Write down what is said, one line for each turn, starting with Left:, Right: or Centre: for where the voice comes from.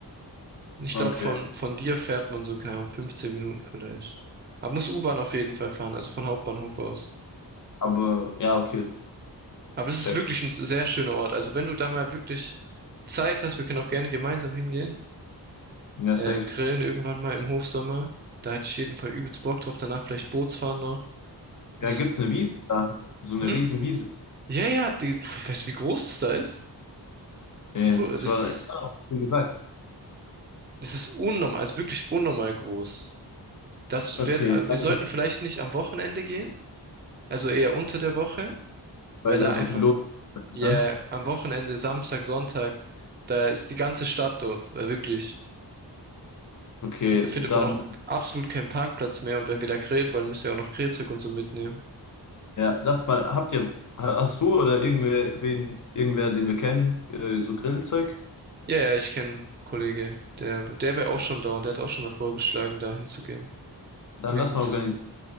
Right: Ich
Left: Okay.
Right: glaube, von, von dir fährt man so, keine Ahnung, 15 Minuten vielleicht. Aber muss U-Bahn auf jeden Fall fahren, also von Hauptbahnhof aus.
Left: Aber ja, okay.
Right: Aber es
Left: Ich
Right: ist
Left: check.
Right: wirklich ein sehr schöner Ort. Also wenn du da mal wirklich Zeit hast, wir können auch gerne gemeinsam hingehen.
Left: Ja,
Right: Äh,
Left: safe.
Right: grillen irgendwann mal im Hofsommer, Da hätte ich jeden Fall übelst Bock drauf. Danach vielleicht Bootsfahren noch.
Left: Ja,
Right: Ist,
Left: gibt's eine Wiese da? So eine
Right: hm?
Left: riesen Wiese.
Right: Ja, ja, die, ich weiß, wie groß das da ist.
Left: Nee,
Right: Obwohl,
Left: ich
Right: Das ist,
Left: war da, ja, wie gesagt.
Right: das ist unnormal, also wirklich unnormal groß. Das
Left: Okay,
Right: wär, also
Left: dann,
Right: wir sollten vielleicht nicht am Wochenende gehen, also eher unter der Woche,
Left: weil
Right: weil da
Left: da so
Right: einfach,
Left: viel los ist,
Right: ja,
Left: ne?
Right: am Wochenende, Samstag, Sonntag, da ist die ganze Stadt dort, weil wirklich.
Left: Okay,
Right: Da findet
Left: dann,
Right: man auch absolut keinen Parkplatz mehr und wenn wir da grillen wollen, müssen wir auch noch Grillzeug und so mitnehmen.
Left: ja, lass mal, habt ihr, ha- hast du oder irgendwer, wen, irgendwer, den wir kennen, äh, so Grillzeug?
Right: Ja, ja, ich kenne einen Kollege, der, der wäre auch schon da und der hat auch schon mal vorgeschlagen, da hinzugehen.
Left: Dann
Right: Wäre
Left: lass
Right: ein gutes
Left: mal organisieren.